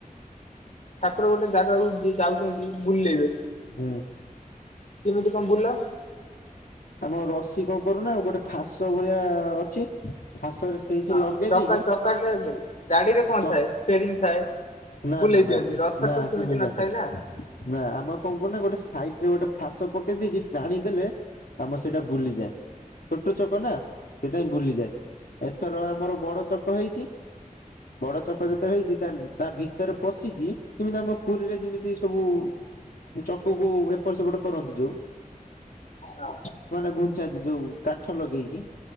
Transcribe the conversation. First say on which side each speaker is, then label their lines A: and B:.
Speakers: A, on the left (about 55°); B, on the left (about 85°).
A: ଠାକୁର ଗୋଟେ ଜାଗାକୁ ଯି ଯାଉଛନ୍ତି ବୁଲେଇବେ।
B: ହୁଁ
A: କିମିତି କଁ ବୁଲ?
B: ଆମ ରସି କଁ କରୁନା ଗୋଟେ ଫାସ ଭଳିଆ ଅଛି ଫାସରେ ସେଇଠି
A: ହଁ
B: ଲଗେଇ
A: ଚକା
B: ଦେଇକି
A: ଚକାରେ ତାର ଦୁଇ ଗାଡି ରେ କଣ
B: ଚକ
A: ଥାଏ ଷ୍ଟେରିଙ୍ଗ ରିଙ୍ଗ ଥାଏ।
B: ନା
A: ବୁଲେଇ
B: ନା ନା
A: ଦିଅନ୍ତି ରଥ
B: ନା
A: ତ
B: ଆସିମରୁ
A: ସେମିତି
B: ନାଖେ।
A: ନଥାଏ ନା।
B: ନା ଆମେ କଣ କରୁନା ଗୋଟେ ସାଇଟ ରେ ଗୋଟେ ଫାସ ପକେଇଦେଇେଇକି ଟାଣିଦେଲେ ଆମର ସେଇଟା ବୁଲିଯାଏ ଛୋଟ ଛକ ନା ସେଟାହିଁ ବୁଲିଯାଏ ଏଥର ଆମ୍ ଆମର ବଡ ଚକ ହେଇଚି ବଡ ଚକ ଯେତବେଳେ ହେଇଚି ତା ତା ଭିତରେ ପଶିକି ଯିମିତି ଆମ ପୁରୀରେ ଯିମିତି ସବୁ ଯୋ ଚକକୁ ଏପଟ ସେପଟ କରନ୍ତି ଯୋଉ
A: ଣା।
B: ମାନେ ଘୁଞ୍ଚାନ୍ତି ଯୋଉ କାଠ ଲଗେଇକି